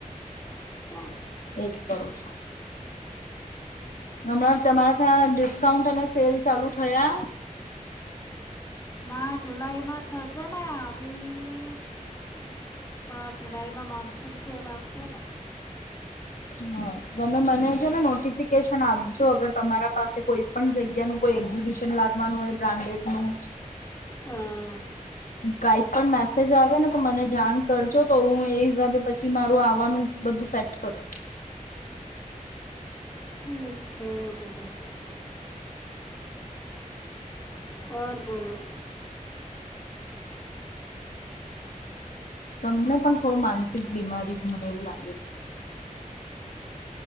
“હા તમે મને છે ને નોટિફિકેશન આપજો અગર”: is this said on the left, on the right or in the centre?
Left